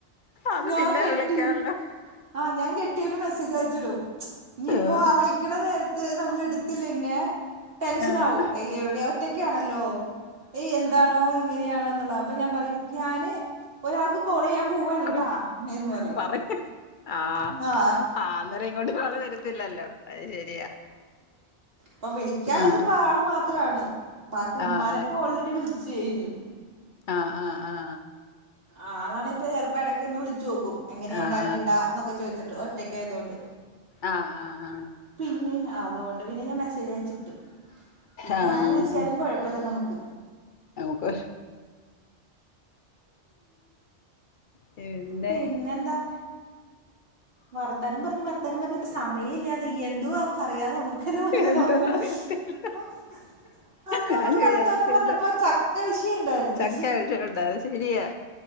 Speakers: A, on the left; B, on the right.
A: അത്
B: ഞാൻ
A: പിന്നെ
B: കെട്ടി
A: വിളിക്കാല്ലോ
B: ആ ഞാൻ കെട്ടയാന് മെസ്സേജ് അയച്ചിടും ഞിപ്പോ
A: ആഹ്
B: ആ വിളിക്കണ നേരത്ത് നമ്മൾ എടു <unintelligible> ടെൻഷനാവും
A: ആഹ്
B: എവിടെയ ഒറ്റക്കാണല്ലോ ഏയ് എന്താണോ എങ്ങനെയാണോ എന്നുള്ളത് അപ്പൊ ഞാൻ പറയും ഞാന് ഒരാൾക്ക് കോൾ ചെയ്യാൻ പോവാണട്ടാ
A: ആഹ്
B: എന്ന് പറയും
A: പറയ് ആഹ്
B: ആ
A: ആഹ് അന്നേരം ങ്ങോട്ട ആള് വരത്തില്ലല്ലോ അത് ശരിയാ
B: പ്പൊ വിളിക്കാനുള്ളത്പ്പ
A: ആഹ്
B: ആള് മാത്രാണ് ബാക്കി
A: ആഹ്
B: ഉമ്മാനൊക്കെ ഓൾറെഡി വിളിച്ചു കഴിഞ്ഞു
A: ആ -ആ -ആ-
B: ആളാണ്പ്പൊ ചെിലപ്പോ ഇടക്കൊന്ന് വിളിച്ചു നോക്കും എങ്ങനെ
A: ആഹ്
B: കറണ്ട്ണ്ടാ എന്നൊക്കെ ചോദിച്ചിട്ട് റ്റൊക്കെയതോണ്ട്
A: ആഹ ആഹ ആഹ
B: പിന്നെ അതുകൊണ്ട് പിന്നെ ഞാൻ മെസ്സേജ് അയച്ചിട്ടു പിന്നെ
A: ആഹ് ആഹ്
B: ആര് വിളിച്ചാലും കുഴപ്പല്ല നമുക്ക്
A: നമുക്ക് പിന്നെ
B: പിന്നെന്താ വർത്താനം പറഞ് വർത്താനം പറഞ് സമയല്ലാന്ന് എന്തുവാ പറയാതെ നമുക്ക്ന്നെ <unintelligible>
A: എന്തോന്ന് അറിയത്തില്ല
B: അന്നമ്മള്
A: ഞാന്
B: വർത്താനം
A: വിചാരിക്കുന്ന്
B: പറഞ്ഞപ്പോ ചക്ക വിഷയണ്ടായിരുന്നു
A: ചക്ക വിഷയമുണ്ട് അത് ശരിയാ